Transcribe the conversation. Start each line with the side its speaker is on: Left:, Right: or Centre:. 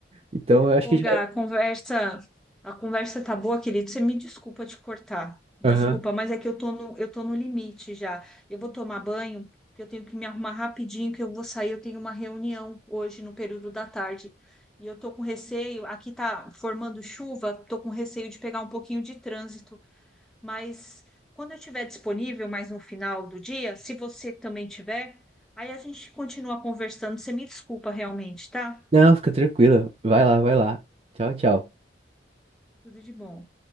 Right: Então eu acho
Centre: Ô,
Right: que já.
Centre: Gá, a conversa, a conversa tá boa, querido. Você me desculpa te cortar. Desculpa,
Right: Aham.
Centre: mas é que eu tô no, eu tô no limite já. Eu vou tomar banho, que eu tenho que me arrumar rapidinho, que eu vou sair, eu tenho uma reunião hoje no período da tarde. E eu tô com receio, aqui tá formando chuva, tô com receio de pegar um pouquinho de trânsito. Mas quando eu estiver disponível, mais no final do dia, se você também tiver, aí a gente continua conversando. Você me desculpa realmente, tá?
Right: Não, fica tranquila. Vai lá, vai lá. Tchau, tchau.
Centre: Tudo de bom.